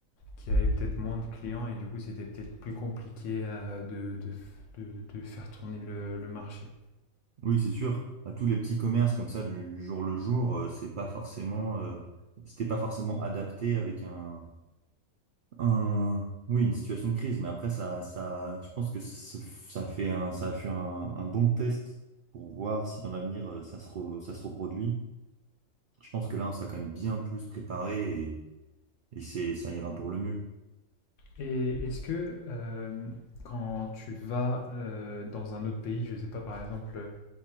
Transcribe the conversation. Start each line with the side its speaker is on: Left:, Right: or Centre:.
Left: qui avait peut-être moins de clients et du coup, c'était peut-être plus compliqué euh, de, de, de- de faire tourner le, le marché.
Right: Oui, c'est sûr, à tous les petits commerces comme ça du, du jour le jour, euh, c'est pas forcément euh, c'était pas forcément adapté avec un Un- oui, une situation de crise, mais après, ça, ça, je pense que ce- ça fait un, ça a fait un, un bon test pour voir si dans l'avenir euh, ça se, re- ça se reproduit. Je pense que là, on sera quand même bien plus préparé et, et c'est, ça ira pour le mieux.
Left: Et est-ce que euh, quand tu vas euh, dans un autre pays, je ne sais pas par exemple